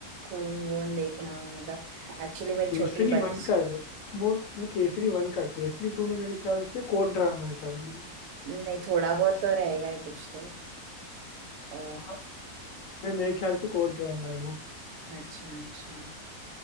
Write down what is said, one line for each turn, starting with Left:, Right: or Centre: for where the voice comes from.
Right: खून वून देखना मतलब एक्चुअली मेरी
Left: केसरी
Right: छोटी बच
Left: वन का है वो वो वो केसरी वन का है। केसरी टू में मेरे ख्याल से कोर्ट ड्रामा है शायद वो।
Right: नहीं थोड़ा बहुत तो रहेगा ही कुछ तो अ,
Left: हाँ, मेरे मेरे ख्याल से कोर्ट ड्रामा है वो
Right: अच्छा अच्छा